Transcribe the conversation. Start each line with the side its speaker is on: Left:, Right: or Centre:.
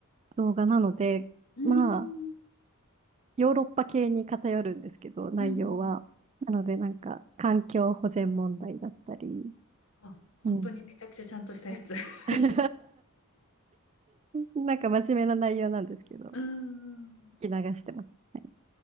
Right: 動画なので、
Left: うん
Right: まあヨーロッパ系に偏るんですけど、内容は。
Left: うんうんうん
Right: なのでなんか環境保全問題だったり、
Left: あ、本当にめちゃくちゃちゃんとしたやつ。
Right: うん。
Left: <laughs>
Right: <laughs> なんか真面目な内容なんですけど、
Left: うん
Right: 聞き流してます。はい。